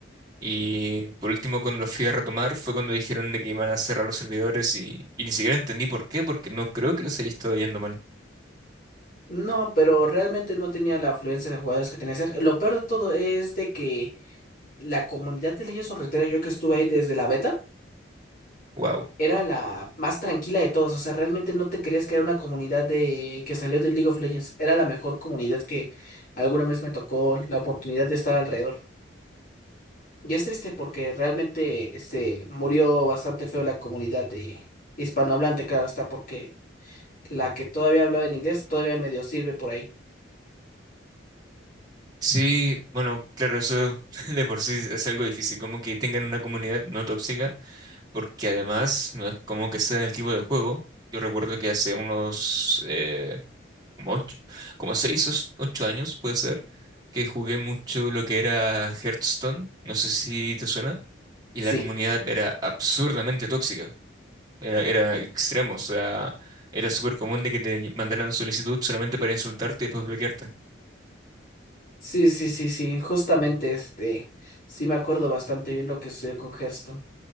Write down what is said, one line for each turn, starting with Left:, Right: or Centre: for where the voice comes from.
Right: Y por último, cuando lo fui a retomar, fue cuando dijeron de que iban a cerrar los servidores y, y ni siquiera entendí por qué, porque no creo que los haya estado yendo mal.
Left: No, pero realmente no tenía la afluencia de jugadores que tenía que ser. Lo peor de todo es de que la comunidad de Legends of Runeterra, yo que estuve ahí desde la beta,
Right: Wow.
Left: era la más tranquila de todos. O sea, realmente no te creías que era una comunidad de que salió de League of Legends. Era la mejor comunidad que alguna vez me tocó la oportunidad de estar alrededor. Y es triste porque realmente se murió bastante feo la comunidad de hispanohablante, claro está, porque la que todavía hablaba en inglés todavía medio sirve por ahí.
Right: Sí, bueno, claro, eso <laughs> de por sí es algo difícil, como que tengan una comunidad no tóxica, porque además no es como que sea el tipo de juego. Yo recuerdo que hace unos eh, como ocho, como seis o ocho años, puede ser, que jugué mucho lo que era Hearthstone, no sé si te suena, y
Left: Sí.
Right: la comunidad era absurdamente tóxica, era, era extremo, o sea, era súper común de que te mandaran solicitud solamente para insultarte y después bloquearte.
Left: Sí, sí, sí, sí, justamente este, sí me acuerdo bastante bien lo que sucedió con Hearthstone.